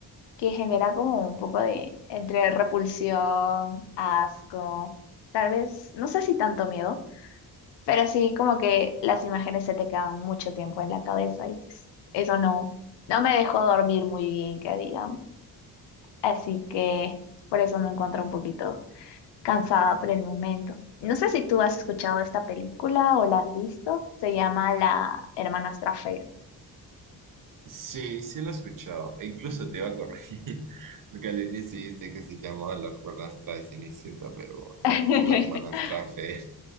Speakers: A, on the left; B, on the right.
A: que genera como un poco de entre repulsión, asco, tal vez, no sé si tanto miedo. Pero sí, como que las imágenes se te quedan mucho tiempo en la cabeza y pues, eso no, no me dejó dormir muy bien, que digamos. Así que por eso me encuentro un poquito cansada por el momento. No sé si tú has escuchado esta película o la has visto. Se llama La hermanastra fea.
B: Sí, sí lo he escuchado. E incluso te iba a corregir. <laughs> Porque al inicio dijiste que se llamaba la hermanastra de Cenicienta, pero no,
A: <laughs>
B: es la hermanastra de Fe.